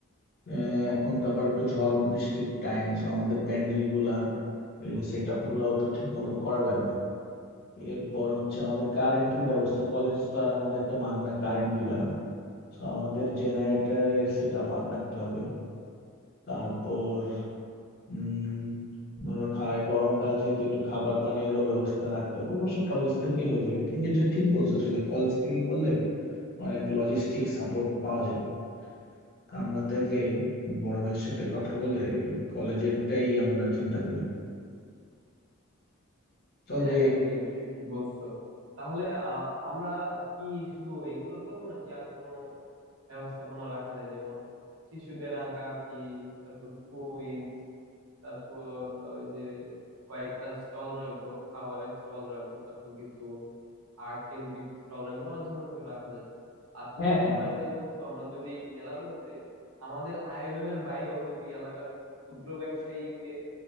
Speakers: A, on the left (about 50°); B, on the right (about 80°).
A: আহ, এখন তো আবার একটু ঝড় বৃষ্টির টাইম সো আমাদের প্যান্ডেল গুলা এগুলো সেট আপ গুলাও তো ঠিক মতো করা লাগবে এরপর হচ্ছে আমাদের কারেন্টের ব্যবস্থা কলেজ তো আর আমাদেরকে মাগনা কারেন্ট দিবে না সো আমাদের জেনারেটরের সেট আপ রাখতে হবে তারপর উম ওরা খায় গরমকাল যেহেতু একটু খাবার পানিরও ব্যবস্থা রাখতে হবে অবশ্য কলেজ থেকে হয়ে যাবে কিন্তু এটা ঠিক বলছো আসলে কলেজ থেকে করলে অনেক লজিস্টিক সাপোর্ট পাওয়া যাবে তা আমরা তাহলে বড় ভাইয়ের সাথে কথা বলে এই কলেজেরটাই আমরা চিন্তা করি তবে
B: হ্যাঁ তুমি এই বিষয়ে ঠিক বলছো তাহলে আহ, আমরা কি শুধু এগুলো করব নাকি আর কোনো ব্যবস্থাপনা রাখা যায় যেমন শিশুদের আঁকা কি তারপর কুইজ তারপর আহ, ওই যে কয়েকটা স্টল রাখবো খাবারের স্টল রাখবো তারপর কিছু আর্ট কেন্দ্রিক স্টল রাখবো অনেক ধরনের তো রাখা যায় আর তুমি
A: হ্যাঁ
B: যে
A: হ্যাঁ
B: পয়েন্টটা বলছো আমরা যদি মেলার মধ্যে আমাদের আয়োজনের বাইরেও যদি এলাকার কিছু ক্ষুদ্র ব্যবসায়ীকে